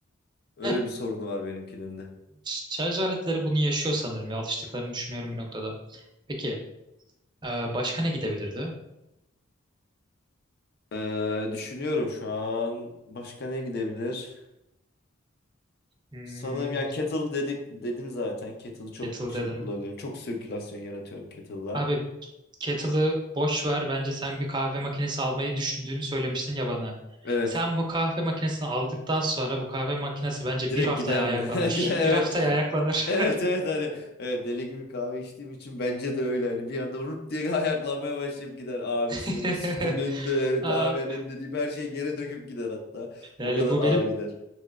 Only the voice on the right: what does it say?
Eh,
ş- şarj aletleri bunu yaşıyor sanırım ya alıştıklarını düşünüyorum bir noktada. Peki e, başka ne gidebilirdi?
Hmm,
Kettle
dedin.
Abi kettle'ı boş ver. Bence sen bir kahve makinesi almayı düşündüğünü söylemiştin ya bana.
Sen bu kahve makinesini aldıktan sonra bu kahve makinesi bence
bir haftaya
ayaklanır.
Bir haftaya ayaklanır.
<laughs>
Aa,
yani
bu
benim